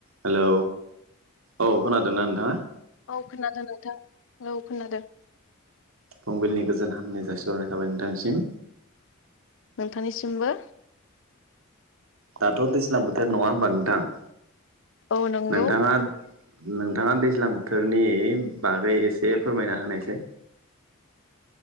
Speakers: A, on the right; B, on the left.
A: Hello औ खोनादोंना नोंथाङा?
B: औ खोनादों नोंथां औ खोनादों।
A: फुंबिलिनि गोजोन हामनाय जासिहरनाय थाबाय नोंथांनिसिम।
B: नोंथांनिसिमबो।
A: दाथ' दैज्लां बोथोर नङा होनोमबा नोंथां?
B: औ नंगौ
A: नोंथाङा नोंथाङा दैज्लां बोथोरनि बागै एसे फोरमायना होनायसाय।